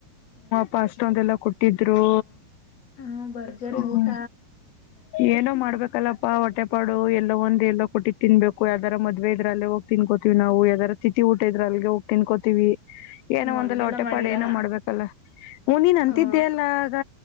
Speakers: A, on the left; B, on the left.
A: ಪಾ ಎಲ್ಲಾ ಕೊಟ್ಟಿದ್ರು
B: ಹ್ಮ್ ಭರ್ಜರಿ
A: ಹ
B: ಊಟ
A: ಏನೋ ಮಾಡ್ಬೇಕ ಕಲ್ಲಪಾ ಹೊಟ್ಟೆಪಾಡು ಎಲ್ಲ ಒಂದ ಎಲ್ಲೋ ಕೊಟ್ಟಿ ತಿನ್ಬೇಕು ಯಾವ್ದಾರ ಮದ್ವೆ ಇದ್ರೆ ಅಲ್ಲಿ ಹೋಗ್ ತಿನ್ಕೋತತಿವಿ ನವುಾವದಾರ ತ ತಿತಿ ಊಟ ಇದ್ರ ಅಲ್ಲಿಗೆ ಹೋಗಿ ತಿನ್ಕೋತೀವಿ ವಿ <inaudible>
B: ಹ್ಮ್
A: ಏನೋ ಒಂದಲ್ಲ
B: ಹಂಗೆಲ್ಲ
A: ಹೊಟ್ಟೆಪಾಡು
B: ಮಾಡಿರಾ
A: ಏನೋ ಮಾಡ್ಬೇಕಲ್ಲ ಹಂದನ್ ಅಂತಿದ್ದೆ
B: ಹ್ಮ್
A: ಅಲ್ಲ ಆಗ